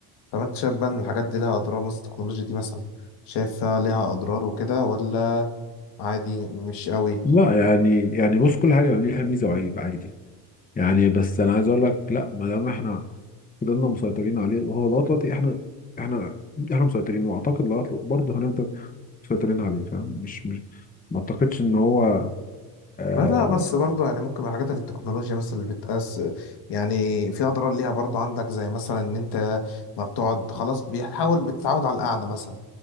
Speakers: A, on the left (about 65°); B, on the left (about 20°).
A: طب انت شايف بقى ان الحاجات دي لها اضرار مثلا التكنولوجيا دي مثلا شايفها ليها اضرار وكده ولا عادي مش قوي
B: لا يعني يعني بص كل حاجه ليها ميزه وعيب عادي يعني بس انا عايز اقول لك لا ما دام احنا فضلنا مسيطرين عليه وهو لغايه دلوقتي احنا احنا احنا مسيطرين واعتقد لغايه دلوقتي برضه هنفضل مسيطرين عليه فاهم مش مش ما اعتقدش ان هو آه
A: لا لا بس برضو يعني ممكن من الحاجات اللي التكنولوجيا مثلا اللي بتقاس يعني في اضرار ليها برضو عندك زي مثلا ان انت ما بتقعد خلاص بيحاول بتتعود على القعده مثلا